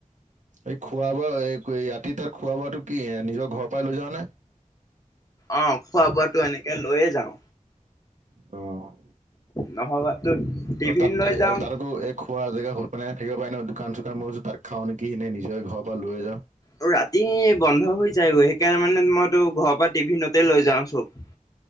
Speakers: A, on the right; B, on the left.
A: এই খোৱা বোৱা এই কৰি ৰাতি তাত খোৱা বোৱাটো কি নিজৰ ঘৰৰ পৰাই লৈ যাৱ নে
B: অ খোৱা বোৱাটো এনেকে লৈয়ে যাওঁ
A: অঁ
B: নহবা তো টিফিন
A: তাত
B: লৈ যাওঁ
A: তাত আকৌ এই খোৱা জেগা <unintelligible> থাকিব পাৰে ন দোকান চোকান <unintelligible> তাত খাৱ নেকি নে নিজৰ ঘৰৰপৰা লৈ যাওঁ
B: আৰু ৰাতি বন্ধ হৈ যায়গৈ সেইকাৰণে মানে মইতো ঘৰৰ পৰা টিফিনতে লৈ যাও চব